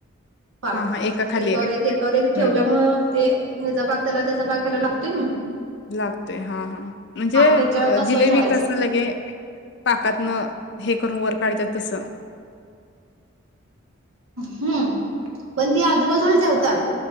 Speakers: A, on the right; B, on the left.
A: पाक.
B: हा हा एका खाली
A: एकावर एक, एकावर एक
B: हं
A: ठेवल्यामुळं...
B: हं
A: ते ह्याचा पाक त्याला, त्याचा पाक त्याला लागतोय कीं नाही.
B: लागतय. हा, हा. म्हनजे..
A: त्याच्यावर तसं
B: जिलेबी
A: ठेवायचं
B: कस? हे, पाकातन हे करून वर काढत्यात तसं.
A: हं. पन ती आजूबाजूला ठेवतात.